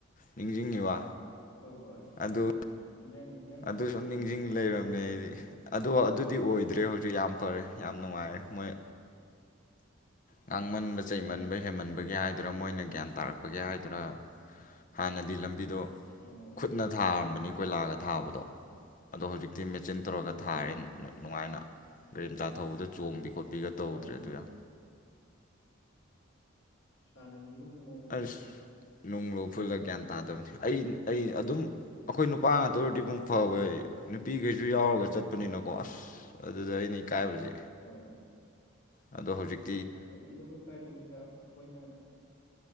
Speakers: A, on the left (about 40°); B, on the left (about 80°).
A: ꯅꯤꯡꯁꯤꯡꯉꯤꯕ
B: ꯍꯣꯏ ꯍꯣꯏ
A: ꯑꯗꯨ
B: ꯅꯤꯡꯖꯪꯉꯤ ꯅꯤꯡꯖꯪꯉꯤ
A: ꯑꯗꯨ ꯁꯝ ꯅꯤꯡꯖꯤꯡ ꯂꯩꯔꯝꯅꯦ ꯑꯩꯗꯤ ꯑꯗꯣ ꯑꯗꯨꯗꯤ ꯑꯣꯏꯗ꯭ꯔꯦ ꯍꯧꯖꯤꯛ ꯌꯥꯝ ꯐꯔꯦ ꯌꯥꯝ ꯅꯨꯡꯉꯥꯏꯔꯦ ꯃꯣꯏ ꯉꯥꯡꯃꯟꯕ ꯆꯩꯃꯟꯕ ꯍꯦꯟꯃꯟꯕꯒꯦ ꯍꯥꯏꯗꯣꯏꯔꯥ ꯃꯣꯏꯅ ꯒ꯭ꯌꯥꯟ ꯇꯥꯔꯛꯄꯒꯤ ꯍꯥꯏꯗꯣꯏꯔꯥ ꯍꯥꯟꯅꯗꯤ ꯂꯝꯕꯤꯗꯣ
B: ꯑꯣ
A: ꯈꯨꯠꯅ ꯊꯥꯔꯝꯕꯅꯤ ꯀꯣꯏꯂꯥꯒ ꯊꯥꯕꯗꯣ ꯑꯗꯣ ꯍꯧꯖꯤꯛ ꯇꯤ ꯃꯦꯆꯤꯟ ꯇꯧꯔꯒ
B: ꯎꯝ
A: ꯊꯥꯔꯦ ꯅꯨꯡꯉꯥꯏꯅ ꯒꯥꯔꯤ ꯃꯆꯥ ꯊꯧꯕꯗ ꯆꯣꯡꯕꯤ ꯈꯣꯄꯤꯒ ꯇꯧꯗ꯭ꯔꯦ
B: ꯐꯔꯦꯅꯦ
A: ꯑꯗꯨ ꯌꯥꯝ
B: ꯁꯥꯟꯅꯗꯤ ꯅꯨꯡꯍꯣ
A: ꯑꯁ ꯅꯨꯡꯂ ꯎꯐꯨꯜꯂ ꯒ꯭ꯌꯥꯟ ꯇꯥꯗꯕꯅꯦ ꯑꯩ ꯑꯩ ꯑꯗꯨꯝ ꯑꯩꯈꯣꯏ ꯅꯨꯄꯥ ꯉꯥꯛꯇ ꯑꯣꯏꯔꯗꯤ ꯃꯨꯛ ꯐꯥꯕ ꯅꯨꯄꯤꯈꯩꯁꯨ ꯌꯥꯎꯔꯒ ꯆꯠꯄꯅꯤꯅꯀꯣ ꯑꯁ ꯑꯗꯨꯗ ꯑꯩꯅ ꯏꯀꯥꯏꯕꯁꯦ
B: ꯍꯣꯏ
A: ꯑꯗꯣ ꯍꯧꯖꯤꯛ
B: ꯀꯔꯤꯗꯧꯕꯩ ꯏꯀꯥꯏꯗꯣꯏꯅꯣꯗ ꯑꯩꯈꯣꯏꯅ